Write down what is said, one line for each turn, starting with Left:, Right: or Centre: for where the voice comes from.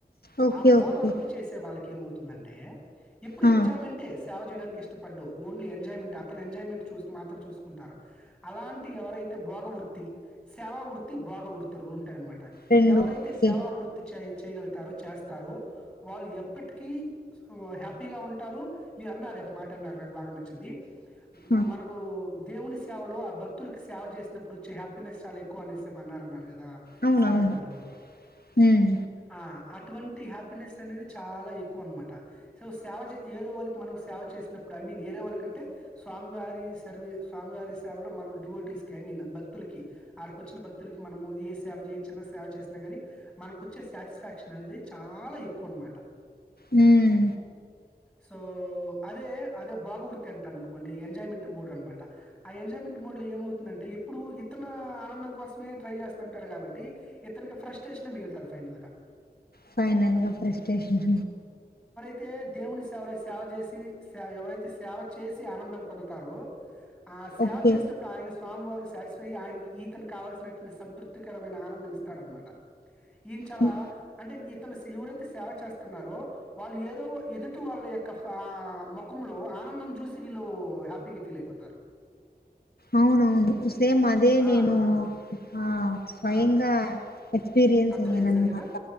Left: ఓకే
Centre: ఆ భోగవ
Left: ఓకే
Centre: వృత్తి చేసే వాళ్ళకి ఏమవుతుందంటే ఇప్పుడు
Left: ఆ
Centre: ఎంజాయ్మెంట్ ఏ సేవ చేయడానికి ఇష్టపడడు. ఓన్లీ ఎంజాయ్ మెంట్ అతను ఎంజాయ్మెంట్ చూసి మాత్రం చూసుకుంటారు అలాంటి ఎవరైతే భోగవృత్తి సేవా వృత్తి భోగవృతి రెండు ఉంటాయన్ త
Left: రెండు
Centre: ఎవరైతే
Left: ఓకే
Centre: సేవా వృత్తి చెయ్ చేయగలుగుతారు చేస్తారు వాళ్లు ఎప్పటికీ హ్యాపీగా ఉంటారు మీరు అన్నారు ఒక్క మాట టన్ అన్నారు నాకు బాగా నచ్చింది
Left: ఆ
Centre: మనకు దేవుని సేవలో ఆ భక్తులకి సేవ చేసినప్పుడు వచ్చే హ్యాపీనెస్ చాలా ఎక్కువ అనే సేపు అన్నారన్నారు. గదా
Left: అవునవును
Centre: సారు గారు
Left: హ్మ్
Centre: ఆ అటువంటి హ్యాపీనెస్ అనేది చాలా ఎక్కువ అన్నమాట సో సేవ చే ఏరో వాళ్ళకి మనం సేవ చేస్ ఐ మీన్ ఏరే వాళ్ళకంటే స్వామివారి సర్వే స్వామివారి సేవలో మన డివోటీస్ కి ఐ మీన్ భక్ క్తులకి ఆడ కొచ్చిన భక్తులకి మనము ఏ సేవ జేయచ్చు అన్న సేవ చిన్న చేస్తునగానీ మనకు వచ్చే సాటిస్ఫాక్షన్ అనేది చాలా ఎక్కువ అన్నమాట
Left: హ్మ్
Centre: సో అదే అదే బోగవృత్తి అంటాం అనుకోండి ఎంజాయ్మెంట్ మోడ్ అన్నమాట ఆ ఎంజాయ్మెంట్ మోడ్ లో ఏమవుతుందంటే ఎప్పుడు ఇత్తన ఆనందం కోసమే ట్రై చేస్త ఉంటాడు కాబట్టి ఇత్తకి ఫ్రస్టేషనే మిగులుతది ఫైనల్గా
Left: ఫైనల్గా ప్రెస్టేషన్
Centre: అయితే దేవుని సేవ లో సేవ చేసి ఎవరైతే సేవ చేసి ఆనందం పొందుతారో ఆ సేవ
Left: ఓకే.
Centre: చేసినప్పుడు ఆయన స్వామివారు సాటిస్ఫై ఆయనకి ఈతనికి కావాల్సినటువంటి సంతృప్తికరమైన ఆనందం ఇస్తాడనమాట ఈయన చాల
Left: హ్మ్.
Centre: అంటే ఎ తను ఎవరైతే సేవ చేస్తున్నారో వాళ్ళు ఏరో ఎదుటి వాళ్ళ యొక్క ఆ మొ కుంలో ఆనందం జూసి వీళ్ళు హ్యాపీగా ఫీల్ అయిపోతారు
Left: అవునవును సేమ్ అదే నేను
Centre: ఆ! ఆ!
Left: ఆ స్వయంగా
Centre: ఆ! అ
Left: ఎ క్స్పీరియన్స్
Centre: అబ్జర్వ్
Left: అయ్య
Centre: జేశారు
Left: నన్న
Centre: గదా!
Left: మాట